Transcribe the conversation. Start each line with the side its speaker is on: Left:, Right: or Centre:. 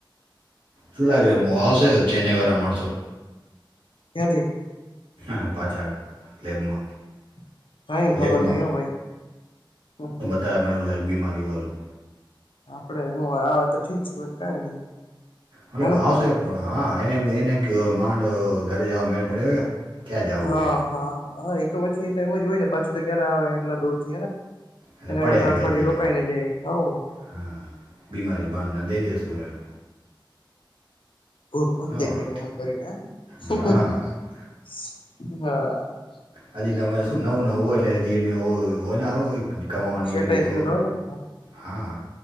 Right: શું લાગે હું આવશે ચેન્નાઈ વાળા માણસો
Left: <unintelligible>
Right: હ પાછાળ લેબમાં
Left: <unintelligible> કાઈ ખબર
Right: લેબમાં
Left: નય હો ભાઈ <unintelligible>
Right: તો એમને <unintelligible> બીમારીવાળું
Left: આપડે હું આવે તો ઠીક છે <unintelligible> કઈ નઈ
Right: મતલબ
Left: હેને
Right: આવશે પણ હા એનેમ એને એમ <unintelligible> માંડ ઘરે જવા મેળ પડ્યો ક્યાં જવું
Left: હા
Right: એમ
Left: હા હા એ તો પછી એમ જ હોય ને પાછી તો ક્યારે આવે એટલા દૂર થી હેને
Right: એટલે
Left: એના
Right: પડ્યા
Left: અગર તો
Right: ર
Left: અઠવાડય
Right: હજી
Left: રોકાાય
Right: એમ
Left: નને જાય હવ
Right: હા બીમારી બાડના દઈ દેસું એમ
Left: હ કોણ
Right: હા
Left: દેખે એમ કરીને <unintelligible>
Right: હા આજ શું નવું નવું હોય એટલે એ હોયને આવ કમાની
Left: સેટાય
Right: એટલી બજ
Left: થયું ન હોય ને
Right: હા